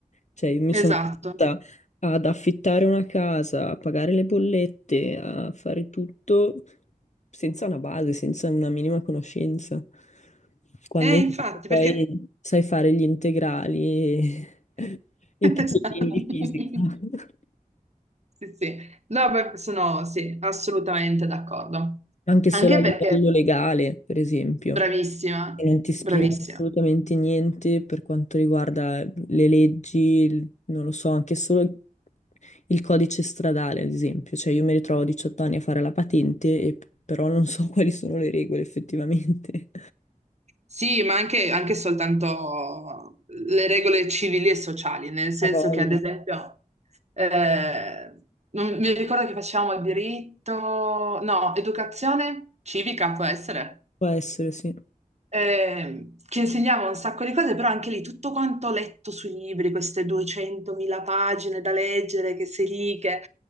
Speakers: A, on the left (about 55°); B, on the right (about 50°).
A: Cioè, io mi
B: esatto.
A: sono trovata ad affittare una casa, a pagare le bollette, a fare tutto senza una base, senza una minima conoscenza. Quando
B: Eh,
A: invece
B: infatti,
A: poi
B: perché...
A: sai fare gli integrali e i problemi
B: Esatto.
A: di
B: <laughs>
A: fisica, <laughs>
B: Sì, sì. No, beh, sono sì, assolutamente d'accordo.
A: anche solo
B: Anche
A: a livello
B: perché
A: legale, per esempio,
B: bravissima,
A: che non ti spiegano
B: bravissima.
A: assolutamente niente per quanto riguarda le leggi, il- non lo so, anche solo il codice stradale, ad esempio. Cioè, io mi ritrovo a 18 anni a fare la patente, e- però non so <laughs> quali sono le regole effettivamente.
B: Sì, ma anche, anche soltanto le regole civili e sociali, nel senso
A: A voglia.
B: che, ad esempio, eh, non- mi ricordo che facevamo diritto, no, educazione civica può essere.
A: Può essere, sì.
B: eh, che insegnava un sacco di cose, però anche lì tutto quanto ho letto sui libri, queste 200.000 pagine da leggere, che sei lì, che...